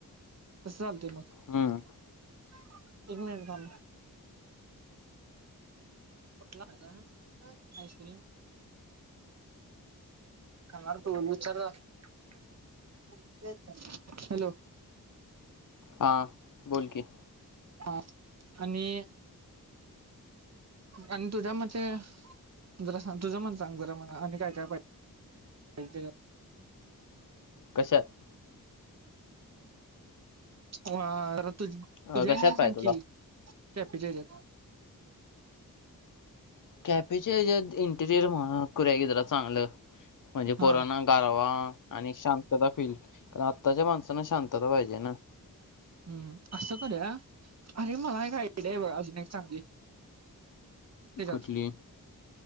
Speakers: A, on the right (about 45°); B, on the left (about 60°).
A: तस चालतय मग
B: हम्म
A: एक मिनिट थांब उठला काय आईस्क्रीम खाणार का विचार जरा हॅलो
B: हां बोल की
A: हा आणि आणि तुझ्या मते आणि तुझं मन सांग जरा मला आणि काय काय पाहिजे
B: कशात
A: वार तु तुझ्या
B: अं, कशात
A: हेण
B: पाहिजे
A: सांग
B: तुला
A: की कॅफे च्या याच्यात
B: कॅफेच्या हेज्यात इंटेरियर म्हणा करूया की जरा चांगल म्हणजे
A: हा
B: पोरांना गारवा आणि शांतता फील आताच्या माणसांना शांतता पाहिजे ना
A: अ असं करूया अरे मला एक आयडिया ये बघ अजून एक चांगली त्याच्यात
B: कुठली